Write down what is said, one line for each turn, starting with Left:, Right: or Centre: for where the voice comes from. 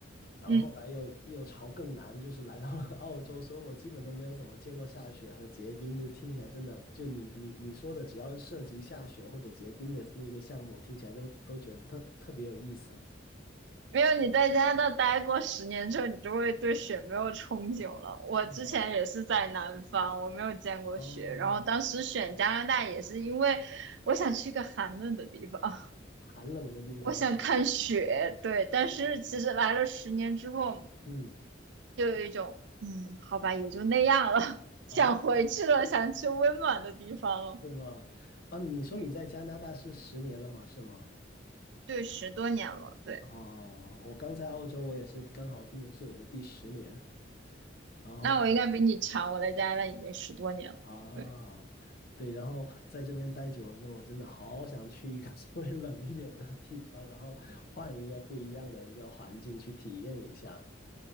Left: 然后后来又又朝更南，
Right: 嗯
Left: 就是来到了 <laughs> 澳洲，所以我基本都没有怎么见过下雪和结冰，就听起来真的，就你你你说的，只要涉及下雪或者结冰的那个项目，听起来就都觉得特特别有意思，
Right: 没有，你在加拿大待过十年之后，你就会对雪没有憧憬了。我之前也是在南方，
Left: 是吗？
Right: 我没有见过雪，
Left: 哦，
Right: 然后当时选加拿大也是因为我想去一个寒冷的地方，<laughs>
Left: 寒冷的地方，
Right: 我想看雪。对，但是其实来了十年之后，
Left: 嗯，
Right: 就有一种嗯，好吧，也就那样了，<laughs> 想回去了，
Left: 哦，
Right: 想去温暖的地方了。
Left: 是吗？啊，你说你在加拿大是十年了吗？
Right: 嗯，
Left: 是吗？
Right: 对，十多年了，对，
Left: 哦，我刚在澳洲，我也是刚好今年是我的第十年，然后
Right: 那我应该比你长，我在加拿大已经十多年了。
Left: 啊，
Right: 对。
Left: 对，然后在这边待久了之后，我真的好想去一个 <laughs> 稍微冷一点的地方，然后换一个不一样的一个环境去体验一下。